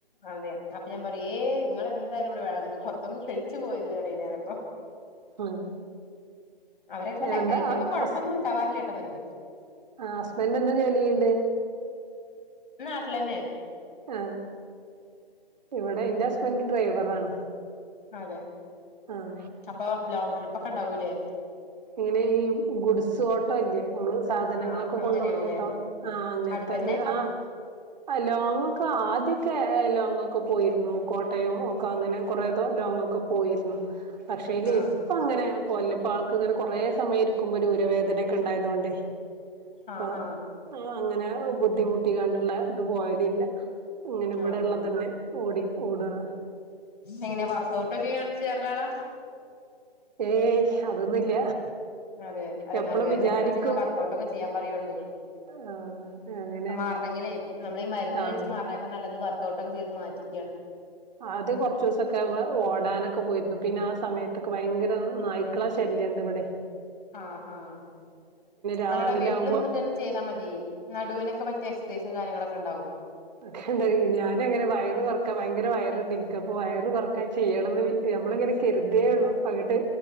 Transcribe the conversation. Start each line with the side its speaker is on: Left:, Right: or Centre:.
Left: അതെ അപ്പൊ ഞാൻ പറയും ഏയ് ഇങ്ങളെന്തായാലും ഇവടെ വേണംന്ന് പൊർത്ത്ന്ന് കഴിച്ചു പോവര്ത് ന്ന് പറയും ഞാനപ്പൊ
Right: ഉം
Left: അവരെ അല്ല
Right: എന്താ
Left: കേറ്റിയപ്പൊ കൊഴപ്പൊന്നുണ്ടാവാറില്ല
Right: ഹസ്
Left: ട്ടോ ന്ന്ട്ട്
Right: ആഹ് ഹസ്ബന്റെന്താ ജോലിയ്യ്ണ്ട്
Left: നാട്ട്ലെന്നെ
Right: ആഹ് ഇവടെ ഇന്റെ ഹസ്ബന്റ് ഡ്രൈവറാണ്
Left: അതെ
Right: ആഹ്
Left: അപ്പൊ ലോങ് ട്രിപ്പൊക്കെ ണ്ടാവൂല്ലേ
Right: ഇങ്ങനെ ഈ ഗുഡ്സ് ഓട്ടോ ല്ലേ നമ്മള് സാധനങ്ങളൊക്കെ
Left: ആ അങ്ങനെയാണല്ലേ
Right: കൊണ്ടോണ ഓട്ടോ ആഹ് അങ്ങൻത്തത്
Left: അടുത്തന്നെ
Right: ആഹ് ആഹ് ലോങ്ങൊക്കെ ആദ്യൊക്കെ ലോങ്ങൊക്കെ പോയിരുന്നു കോട്ടയം ഒക്കെ അങ്ങനെ കൊറേ ലോങ്ങൊക്കെ പോയിര്ന്നു പക്ഷേല്
Left: ആ
Right: ഇപ്പങ്ങനെ ങ്ങള് പോവലില്ല ഇപ്പാൾ ക്കിങ്ങനെ കൊറേ സമയം ഇരിക്കുമ്പൊരു ഊരവേദനെക്കെ ണ്ടായതൊണ്ടേ ഇപ്പൊ
Left: ആ ആ
Right: അങ്ങനെ ബുദ്ധിമുട്ടിങ്ങാണ്ട്ള്ള ഇത് പോകലില ഇങ്ങനെ ഇവടെള്ളതെന്നെ
Left: ആ
Right: ഓടി ഓടണ
Left: എങ്ങനെ വർക്ക് ഔട്ടൊക്കെ ചെയ്യാർള്ളാളാ
Right: ഏയ് അതൊന്നുല്ല
Left: അതെ അതെ
Right: എപ്പളും
Left: നടുവേനക്കെണ്ടിച്ചങ്ങാ
Right: വിചാരിക്കും
Left: വർക്കഔട്ടൊക്കെ ചെയ്യാൻ പറയോണ്ടു
Right: ആഹ് അങ്ങനെ
Left: മാർണെങ്കിലേ നമ്മളീ മരുന്ന്
Right: ആഹ്
Left: കഴിച്ച് മാർണേക്കാൾ നല്ലത് വർക്കഔട്ടൊക്കെ ചെയ്ത് മാറ്റിക്യാണ്
Right: ആദ്യം കൊർച്ചൂസൊക്കെ വെ ഓടാനൊക്കെ പോയിരുന്നു പിന്നെ ആ സമയത്തൊക്കെ ഭയങ്കര നായ്ക്കള ശല്യണ്ട് ഇവടെ <unintelligible>
Left: ആഹ് ആഹ്
Right: രാവിലെ
Left: അല്ലട വീട്ടില്
Right: ആവുമ്പോ
Left: നിന്നിട്ടെന്നെ ചെയ്താ മതി നടുവിനൊക്കെ പറ്റിയ എക്സേസും കാര്യങ്ങളൊക്കെ ണ്ടാവും
Right: ക്ക്ണ്ടേ ഞാനങ്ങനെ വയറ് കൊറ ക്ക ഭയങ്കര വയറ്ണ്ട് ഇൻക്ക് അപ്പൊ വയറ് കൊർക്കാൻ ചെയ്യണംന്ന് നമ്മളിങ്ങനെ കെര്തേള്ളു അങ്ങട്ട്